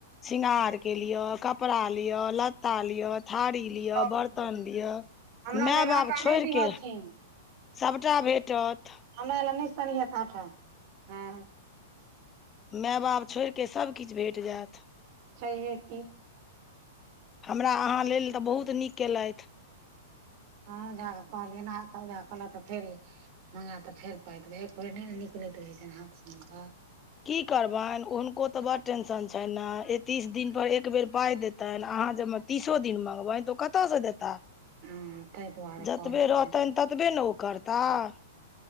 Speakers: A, on the left; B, on the right.
A: शृंगार के लियऽ कपड़ा लियऽ लियऽ लत्ता लियऽ थारी लियऽ
B: सब
A: बर्तन
B: छै
A: लिय
B: हमरा
A: माय
B: लेल
A: बाप
B: आटा
A: छोड़िके
B: नहि दिहथिन
A: सभटा भेटत।
B: हमरा लए नहि सनिहैथ आंटा ह।
A: मेए बाप छोड़ि कऽ सभकिछ भेट जायत।
B: छहिए कि।
A: हमरा अहाँ लेल तऽ बहुत नीक केलथि।
B: हँ ओजहा के कहलियैन अहांक ओजहा कहलथि तऽ फेर मंगेएब तऽ फेर पाइ देबै एक बेर नहि ने निकलैत रहै छनि हाथ से हुनका।
A: की करबनि हुनको त बड़ टेंशन छनि ने ए तीस दिन पर एक बेेर पाय देतै तह अहाँ जे हम तीसो दिन मँंगगबनि तऽ ओ कतयसँ देता।
B: हँ ताहि दुआरे
A: जतबे
B: कहलखिन
A: रहतनि
B: हे
A: ततबे ने ओ करताह।